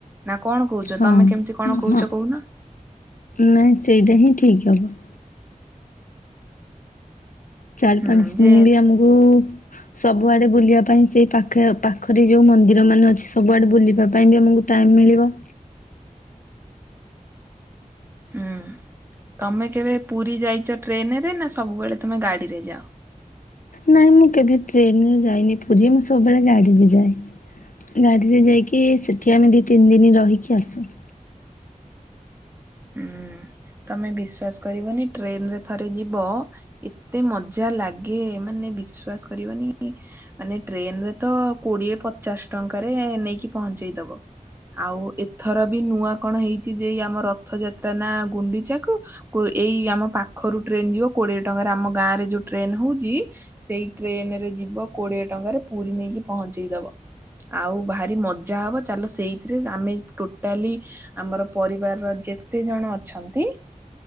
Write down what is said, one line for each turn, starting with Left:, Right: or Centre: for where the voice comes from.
Right: ନା କଣ କହୁଛ
Left: ହଁ
Right: ତମେ କେମିତି କଣ କହୁଛ
Left: ହଁ।
Right: କହୁନ?
Left: ନାଇଁ ସେଇଟା ହିଁ ଠିକ ହବ। ଚାରି
Right: ହୁଁ
Left: ପାଞ୍ଚ ଦିନ
Right: ଯେ
Left: ବି ଆମକୁ ସବୁଆଡ଼େ ବୁଲିବା ପାଇଁ ସେ ପାଖ ପାଖରେ ଯୋଉ ମନ୍ଦିର ମାନେ ଅଛି ସବୁଆଡ଼େ ବୁଲିବା ପାଇଁ ବି ଆମକୁ ଟାଇମ୍ ମିଳିବ।
Right: ହୁଁ ତମେ କେବେ ପୁରୀ ଯାଇଛ ଟ୍ରେନରେ ନା ସବୁବେଳେ ତୁମେ ଗାଡ଼ିରେ ଯାଅ?
Left: ନାଇଁ ମୁଁ କେବେ ଟ୍ରେନରେ ଯାଇନି ପୁରୀ ମୁଁ ସବୁବେଳେ ଗାଡିରେ ଯାଏ। ଗାଡିରେ ଯାଇକି ସେଠି ଆମେ ଦି ତିନି ଦିନ ରହିକି ଆସୁ।
Right: ହଁ ତମେ ବିଶ୍ୱାସ କରିବନି ଟ୍ରେନରେ ଥରେ ଯିବ ଏତେ ମଜା ଲାଗେ ମାନେ ବିଶ୍ଵାସ କରିବନି ମାନେ ଟ୍ରେନ ରେ ତ କୋଡିଏ ପଚାଶ ଟଙ୍କାରେ ନେଇକି ପହଞ୍ଚେଇଦବ। ଆଉ ଏଥର ବି ନୂଆ କଣ ହେଇଛି ଯେ ଆମ ରଥ ଯାତ୍ରା ନା ଗୁଣ୍ଡିଚାକୁ? ଏଇ ଆମ ପାଖରୁ ଟ୍ରେନ ଯିବ କୋଡିଏ ଟଙ୍କାରେ ଆମ ଗାଁ ରେ ଯୋଉ ଟ୍ରେନ ହଉଛି ସେଇ ଟ୍ରେନ ରେ ଯିବ କୋଡିଏ ଟଙ୍କାରେ ପୁରୀ ନେଇକି ପହଞ୍ଚେଇ ଦବ। ଆଉ ଭାରି ମଜା ହବ ଚାଲ ସେଇଥିରେ ଆମେ ଟୋଟାଲି ଆମର ପରିବାରର ଯେତେ ଜଣ ଅଛନ୍ତି